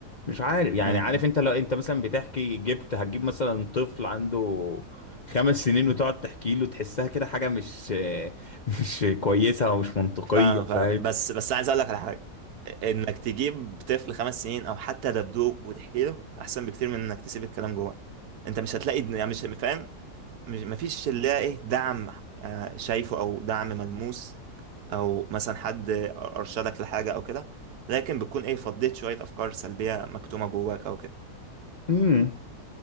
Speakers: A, on the left (about 40°); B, on the right (about 75°).
A: مش عارف يعني
B: امم.
A: عارف انت لو انت مثلا بتحكي جبت هتجيب مثلا طفل عنده خمس سنين وتقعد تحكي له تحسها كده حاجة مش <laughs> مش كويسة ومش منطقية
B: فاهم
A: فاهم
B: فاهم بس بس عايز اقول لك على حاجة انك تجيب طفل خمس سنين او حتى دبدوب وتحكي له احسن بكتير من انك تسيب الكلام جوه انت مش هتلاقي يعني مش فاهم مش مفيش اللي هي ايه دعم آه، شايفه او دعم ملموس او مثلا حد ارشدك لحاجة او كده لكن بتكون ايه فضيت شوية افكار سلبية مكتومة جواك او كده
A: امم